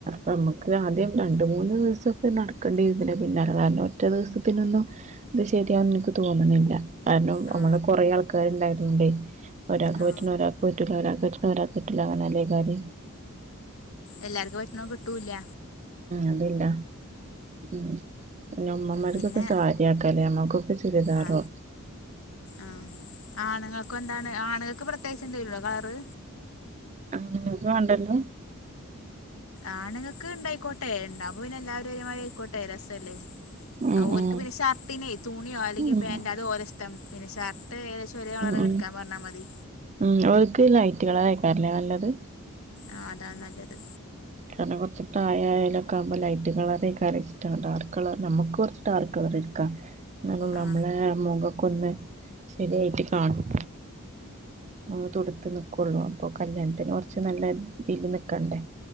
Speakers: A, on the right (about 30°); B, on the left (about 75°).
A: നമ്മുക്ക് ആദ്യം രണ്ട് മൂന്ന് ദിവസൊക്കെ നടക്കേണ്ടിവരും ഇതിന്റെ പിന്നാല കാരണം ഒറ്റ ദിവസത്തിനൊന്നും. അത് ശരിയാ എനിക്ക് തോന്നുന്നില്ല കാരണം നമ്മള്
B: ആ
A: കൊറെ ആൾക്കാര്ണ്ടായി അ ഒരാക്ക്
B: ആ
A: പറ്റണത് ഒരാക്ക് പറ്റില്ല അങ്ങനെ അല്ലേ കാര്യം.
B: എല്ലാർക്കും പറ്റണ കിട്ടൂ ഇല്ല.
A: അതല്ല ഉം പി ഉമ്മമാർക്കൊക്കെ
B: പിന്നെ
A: സാരിയാക്കല്ലേ ഞമ്മക്കൊക്കെ ചുരിതാറോ?
B: ആ ആ ആണുങ്ങൾക്ക് എന്താണ് ആണുകൾക്ക് പ്രത്യേകിച്ച് എന്തേലുണ്ടോ കളറ്?
A: ആണ്ങ്ങക്ക് വാണ്ടല്ലോ?
B: ആണുങ്ങക്ക് ഇണ്ടായിക്കോട്ടെ ഉണ്ടാവുപോ പിന്നെ എല്ലാരും ഒരേ മാതിരി ആയിക്കോട്ടെ രസല്ലേ?
A: ഉം
B: ഓൽക്ക്
A: ഉം
B: പിന്നെ ഷർട്ടിനെ തുണിയോ അല്ലെങ്കിൽ
A: ഉം ഉം
B: പാൻ്റ് അതോ ഓലെ ഇഷ്ടം പിന്നെ ഷർട്ട് ട്ട് ഏകദേശം ഒരേ കളർ
A: ഉം
B: എടുക്കാൻ പറഞ്ഞാൽ മതി.
A: ഉം ഓർക്ക് ലൈറ്റ് കളറാക്കാരുംല്ലേ നല്ലത്?
B: ആ അതാണ് നല്ലത്.
A: കാരണം കുറച്ച് പ്രായ ആയാലൊക്കെ ആകുമ്പോ ലൈറ്റ് കളറേക്കാരും ഇഷ്ട ഡാർക്ക് കളർ നമ്മുക്ക് കുറച്ച് ഡാർക്ക് കളർ. കളറിട്ക്ക. എന്നാല നമ്മളെ
B: ആ
A: മുഖക്കൊന്ന് ശരിയായിട്ട് കാണും. ആ തുടുത്ത് നിക്കുള്ളൂ അപ്പൊ കല്യാണത്തിന് കൊറച്ച് നല്ല രീതിൽ നിക്കണ്ടേ?